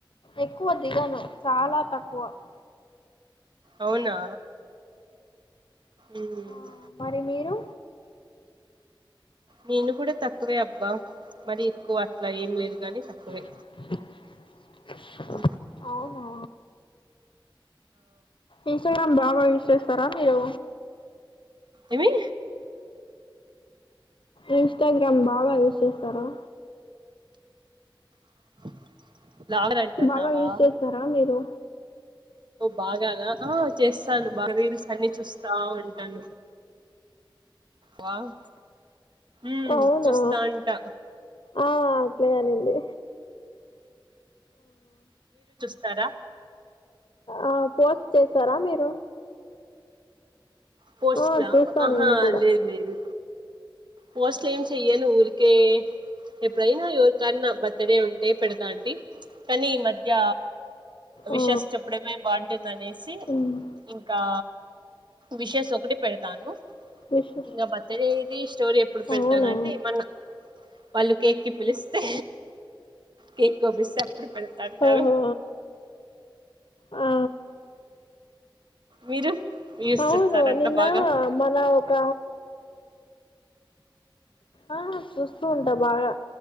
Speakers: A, on the left; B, on the right.
A: ఎక్కువ దిగను చాలా తక్కువ <inaudible>
B: అవునా ఉమ్
A: ఆ మరి మీరు
B: నేను కూడా తక్కువే అబ్బా మరి ఎక్కువ అట్లా ఏం లేదు గాని తక్కువే
A: <inaudible>
B: ఉ
A: అవునా ఇన్స్టాగ్రామ్ బాగా యూస్ చేస్తారా మీరు
B: ఏమి
A: ఇన్స్టాగ్రామ్ బాగా యూస్ చేస్తారా
B: <inaudible> అంటున్నావా
A: బాగా యూస్ చేస్తారా మీరు
B: బాగానా ఆ చేస్తాను బాగా రీల్స్ అన్ని చూస్తా ఉంటాను వావ్ ఉమ్
A: అవునా
B: చూస్తా అంటా
A: ఆ అట్లే కానిండి
B: ఇస్తారా
A: ఆ పోస్ట్ చేస్తారా మీరు
B: పోస్ట్లా
A: ఆ చూస్తా
B: ఆహా
A: నేను కూడా
B: లేదు లేదు పోస్ట్ లేం చే్యను ఊరికే ఎప్పుడైనా ఎవరికన్నా బర్త్ డే ఉంటే పెడతా అండి కానీ ఈ మధ్య విషస్
A: ఆ
B: చెప్పడమే బాగుంటుంది అనేసి
A: ఉమ్,
B: ఇంకా విషేస్ ఒకటిే పెడతాను.
A: విశేష్
B: ఇంకా బర్త్డేది స్టోరీ ఎప్పుడు పెడతానంటె
A: అవునా
B: మన్న వాళ్ళు కేక్ి పిలిస్తే కేక్ పంపిస్తే అప్పుడు పెడతాంటారు.
A: ఓహో ఆ
B: మీరు యూస్
A: అవును
B: చేస్తారంట
A: నిన్న
B: బాగా
A: మన ఒక ఆ చూస్తూ ఉంటా బాగా